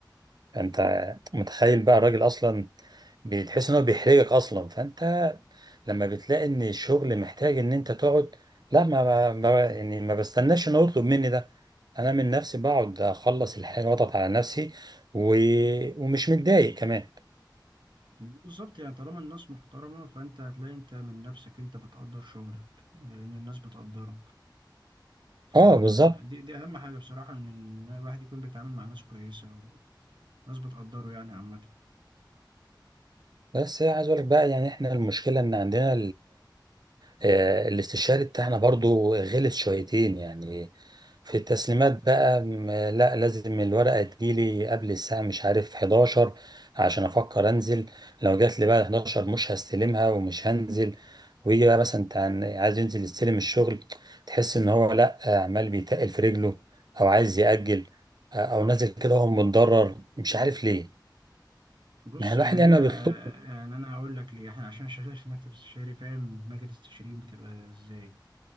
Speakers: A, on the right; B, on the right.
A: انت متخيل بقى الراجل اصلا بتحس ان هو بيحرجك اصلا فانت لما بتلاقي ان الشغل محتاج ان انت تقعد لا ما, ما ما- يعني ما بستناش ان هو يطلب مني ده انا من نفسي بقعد اخلص الحاجه واضغط على نفسي و... ومش متضايق كمان
B: بالظبط يعني طالما الناس محترمة فأنت هتلاقي أنت من نفسك أنت بتقدر شغلك لأن الناس بتقدرك فدي
A: اه بالظبط
B: دي أهم حاجة بصراحة إن إن الواحد يكون بيتعامل مع ناس كويسة وناس بتقدره يعني عامة
A: بس عايز اقول لك بقى يعني احنا المشكله ان عندنا آه، الاستشاري بتاعنا برضو غلس شويتين يعني في التسليمات بقى م- لا لازم الورقة تجيلي قبل الساعة مش عارف 11 عشان أفكر أنزل لو جات لي بعد 11 مش هستلمها ومش هنزل ويجي بقى مثلا انت عن- عايز ينزل يستلم الشغل تحس إن هو لا آه، عمال بيتقل في رجله أو عايز يأجل آه، أو نازل كده وهو متضرر مش عارف ليه
B: بص
A: ما هي الواحد
B: يعني
A: يعني
B: دي
A: ما
B: آه،
A: بيطلبش
B: يعني أنا هقول لك ليه إحنا عشان شغال في مكتب استشاري فاهم دماغ الاستشاريين بتبقى إزاي